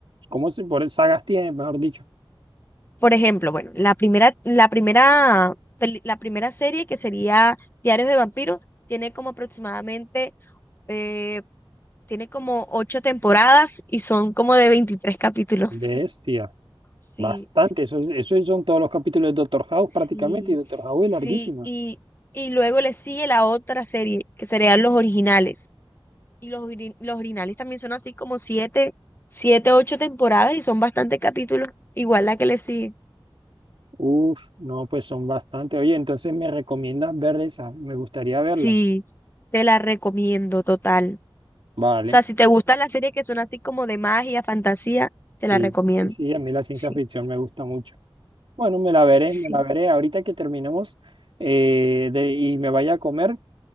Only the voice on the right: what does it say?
cómo se, por sagas tiene, mejor dicho?
Bestia,
bastante. Eso, es- eso son todos los capítulos de Doctor House prácticamente
y Doctor House es
larguísima.
Uf, no, pues son bastante. Oye, entonces me recomiendas ver esa. Me gustaría verla.
Vale.
Sí,
sí, sí, a mí la ciencia
ficción me gusta mucho. Bueno, me la veré,
me la veré. Ahorita que terminemos eh, de- y me vaya a comer,